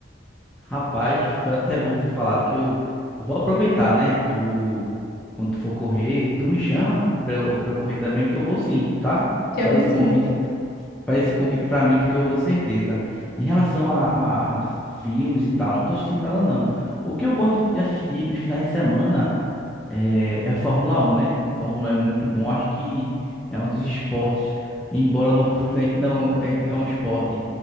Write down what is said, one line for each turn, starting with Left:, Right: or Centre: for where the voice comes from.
Centre: Rapaz, foi até bom ter falado que eu eu vou aproveitar, né? Tu, quando tu for correr, tu me chama pra eu, pra eu correr também, que eu vou sim, tá?
Left: Te
Centre: Faz
Left: amo sim.
Centre: esse convite Faz esse convite pra mim, porque eu vou de certeza. Em relação a, a- a filmes e tal, não tô assistindo nada não. O que eu gosto de assistir nos finais de semana é, é Fórmula 1, né? Fórmula um é muito bom, acho que é um dos esportes, embora não, <laughs> né, não é, é um esporte